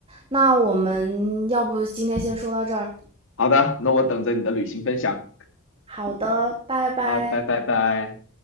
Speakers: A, on the right (about 25°); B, on the left (about 60°).
A: 那我们要不今天先说到这儿？
B: 好的，那我等着你的旅行分享
A: 好的，拜拜。
B: 啊，拜拜拜。